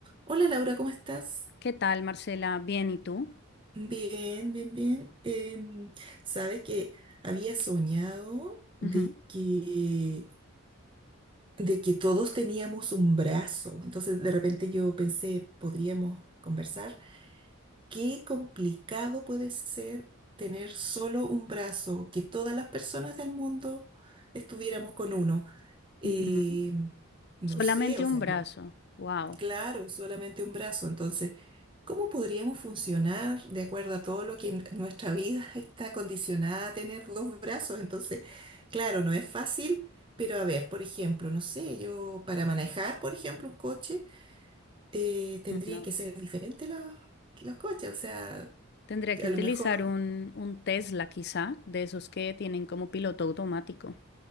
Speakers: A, on the right; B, on the left.
A: Hola Laura, ¿cómo estás?
B: ¿Qué tal, Marcela? Bien, ¿y tú?
A: Bien, bien, bien. Em, sabes que había soñado de
B: Ujú,
A: que, de que todos teníamos un brazo. Entonces de repente yo pensé, podríamos conversar. Qué complicado puede ser tener solo un brazo, que todas las personas del mundo estuviéramos con uno. Em,
B: ujú.
A: no
B: Solamente
A: sé, o sea,
B: un brazo.
A: yo
B: Wow.
A: Claro, es solamente un brazo. Entonces, ¿cómo podríamos funcionar de acuerdo a todo lo que en nuestra vida <laughs> está condicionada a tener dos brazos? Entonces, claro, no es fácil, pero a ver, por ejemplo, no sé, yo para manejar, por ejemplo, un coche, eh, tendrían
B: No.
A: que ser diferentes los, los coches. O sea,
B: Tendría que
A: a
B: utilizar
A: lo mejor
B: un, un Tesla, quizá, de esos que tienen como piloto automático.